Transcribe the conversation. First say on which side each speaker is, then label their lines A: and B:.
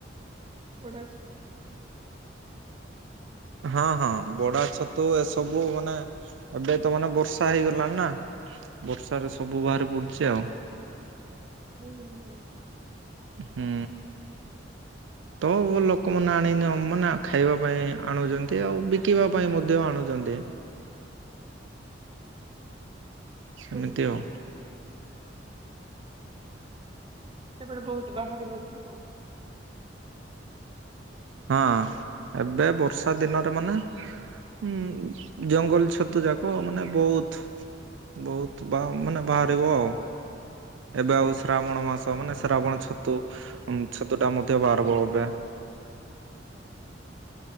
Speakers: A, on the right; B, on the right.
A: ବୋଡା‌ ଛତୁ।
B: ହଁ ହଁ ବଡା ଛତୁ ଏସବୁ ମାନେ ଏବେ ତ ମାନେ ବର୍ଷା ହେଇଗଲାଣି ନା। ବର୍ଷାରେ ସବୁ ବାହାରି ପଡୁଛି ଆଉ।
A: ହୁଁ ହୁଁ।
B: ହୁଁ। ତ ଲୋକମାନେ ଆଣି ଅ ମାନେ ଖାଇବା ପାଇଁ ଆଣୁଚନ୍ତି ଆଉ ବିକିବା ପାଇଁ ମଧ୍ୟ ଆଣୁଚନ୍ତି।
A: ହ
B: ସେମିତି
A: ଓହୋ
B: ଆଉ।
A: ଏତେବେଳେ ବହୁତ ବାହାରେ ବୋଧେ ଆଉ।
B: ହଁ ଏବେ ବର୍ଷା ଦିନରେ ମାନେ। ହୁଁ ଜଙ୍ଗଲ ଛତୁ ଯାକ ମାନେ ବହୁତ। ବହୁତ ବା ମାନେ ବାହାରିବ ଆଉ। ଏବେ ଆଉ ଶ୍ରାବଣ ମାସ ମାନେ ଶ୍ରାବଣ ଛତୁ ଛତୁ ଟା ମଧ୍ୟ ବାରବ ଏବେ।
A: ଉଁ ହୁଁ।